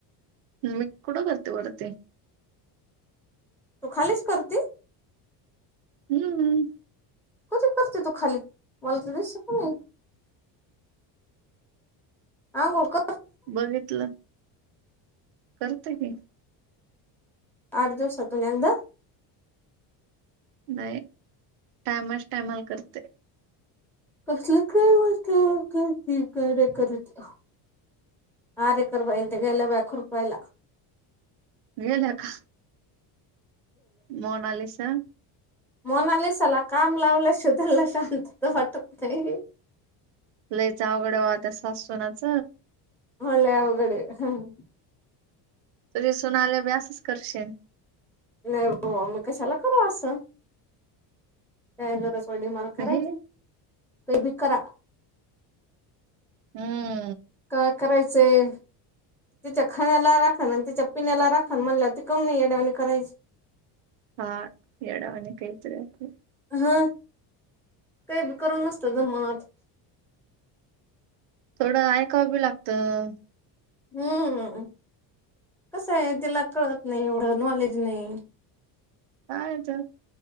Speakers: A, on the right (about 85°); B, in the centre.
A: मी कुड करते वरती
B: तू खालीच करते
A: हम्मम्
B: कध करते तू खाली मला तू दिसली पण नाही आंघोळ क
A: बघितलं. करते की.
B: आठ दिवसातून एकदा.
A: नाही. टायमाच टायमाला करते.
B: कसलं काय मनती करती. काय नाही करत. आरेकर बाई न त्या, गेल्या बाय खुरपायला.
A: गेल्या का? मोणालीसा.
B: मोणालीसाला काम लावल्याशिवाय, त्यांनला शांतता वाटत नाही.
A: लयच आवघडय ऑ त्या सासु - सुनांच.
B: व्हय, लय अवघडे. <unintelligible>
A: तुझ्या सूनाला बी, असच करशीन.
B: नाही बाबा मी कशाला करू असं? काय गरज पडली माला करायची?
A: हे
B: काय बी करा.
A: हम्म.
B: काय करायचंय? तिच्या खाण्याला राखण न तिच्या पिण्याला राखण म्हणल्यावर, ती कामुन नाही याड्यावाणी करायची.
A: हा, येडावनी. काहीतरी आपलं.
B: हा. कायबी करून नसतं जमत.
A: थोडं, ऐकाव बी लागतं.
B: हम्म. कसंय, तिला कळत नाही. एवढं नॉलेज नाही.
A: काये तर.